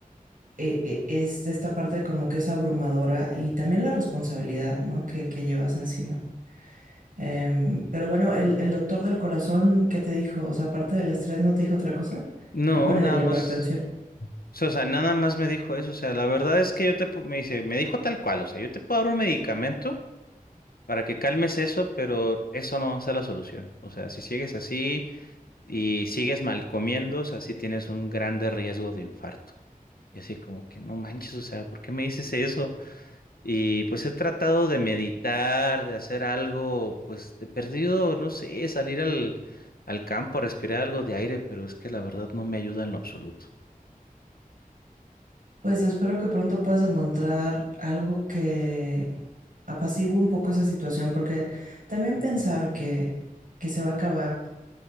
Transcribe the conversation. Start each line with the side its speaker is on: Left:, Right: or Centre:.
Right: eh, eh, es esta parte como que es abrumadora y también la responsabilidad, ¿no? Que, que llevas encima. Em, pero bueno, el, el doctor del corazón, ¿qué te dijo? O sea, aparte del estrés, ¿no te dijo otra cosa?
Left: No,
Right: Y bueno, y
Left: nada
Right: de la
Left: más,
Right: hipertensión.
Left: o sea, nada más me dijo eso, o sea, la verdad es que yo te, pu- me dice, me dijo tal cual, o sea, yo te puedo dar un medicamento para que calmes eso, pero eso no va a ser la solución. O sea, si sigues así y sigues mal comiendo, o sea, sí tienes un grande riesgo de infarto. Y así como que no manches, o sea, ¿por qué me dices eso? Y pues he tratado de meditar, de hacer algo, pues de perdido, no sé, salir al, al campo a respirar algo de aire, pero es que la verdad no me ayuda en lo absoluto.
Right: Pues espero que pronto puedas encontrar algo que apacigüe un poco esa situación, porque también pensar que, que se va a acabar